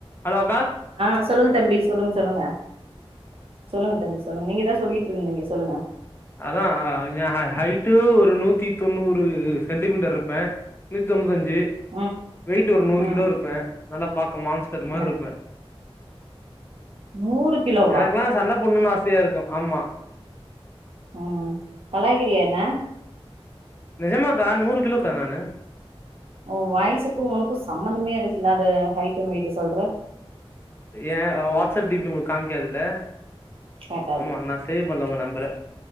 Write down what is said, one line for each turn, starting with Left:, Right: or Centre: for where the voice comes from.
Left: ஹலோ அக்கா
Right: ஆ சொல்லுங்க தம்பி சொல்லுங்க சொல்லுங்க சொல்லுங்க தம்பி சொல்லுங்க நீங்கதா சொல்லிட்ருந்தீங்க சொல்லுங்க
Left: அதா அ எ ஹ ஹைட்டு ஒரு நூத்தி தொண்ணூறு சென்டிமீட்டர் ருப்பே நூத் தொன்னுத்தஞ் சி
Right: ம்
Left: வெயிட்டு ஒரு நூறு
Right: ம்
Left: கிலோ இருப்பே நல்லா பாக்க மான்ஸ்டர்
Right: என்ன
Left: மார்ருப்பே
Right: நூறு கிலோவா
Left: எனக்லா சண்ட போட்னுனு ஆசையா இருக்கு ஆம்மா
Right: ம் கலாய்க்கிறியா என்ன
Left: நெஜமாக்கா நூறு கிலோக்கா நானு
Right: ஒ வாய்சுக்கு உனக்கு சம்பந்தமே இல்லாத ஹைட்டு வெய்ட்டு சொல்ற
Left: ஏ வாட்ஸ்அப் டி பி உங்ளுக்கு காமிக்காதுல
Right: கேட்டாது
Left: ஆம்மா நா சேவ் பண்ணல உங்க நம்பற